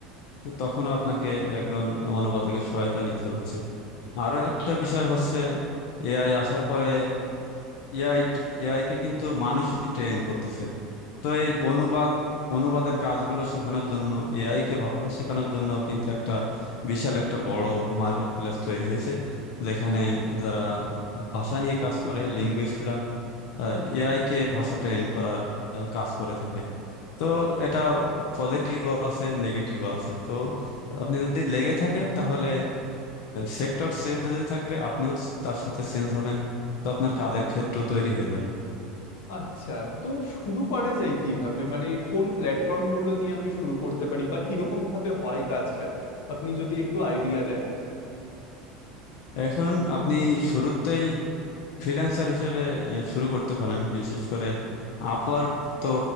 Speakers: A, on the left (about 55°); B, on the left (about 85°).
A: তখনও আপনাকে একজন অনুবাদকের সহায়তা নিতে হচ্ছে আরো একটা বিষয় হচ্ছে এআই আসার পরে এআই এআই কে কিন্তু মানুষই ট্রেন করতেছে তো এই অনুবাদ অনুবাদের কাজগুলো শেখানোর জন্য এআই কে ভাষা শেখানোর জন্য কিন্তু একটা বিশাল একটা বড় মার্কেট প্লেস তৈরি হয়েছে যেখানে যারা ভাষা নিয়ে কাজ করে লিঙ্গুইস্টরা
B: হুম
A: এআই কে ভাষা ট্রেন করার আহ, কাজ করে থাকে তো এটা পজিটিভও আছে নেগেটিভও আছে তো আপনি যদি লেগে থাকেন তাহলে সেক্টর চেঞ্জ হতে থাকবে আপনিও তার সাথে চেঞ্জ হবেন তো আপনার কাজের ক্ষেত্র তৈরি হয়ে যাবে
B: আচ্ছা তো শুরু করা যায় কিভাবে মানে কোন প্ল্যাটফর্ম গুলো দিয়ে আমি শুরু করতে পারি বা কিরকম ভাবে হয় কাজটা আপনি যদি একটু আইডিয়া দেন
A: এখন আপনি শুরুতেই ফ্রিল্যান্সার হিসেবে আহ, শুরু করতে পারেন বিশেষ করে আপওয়ার্ক তো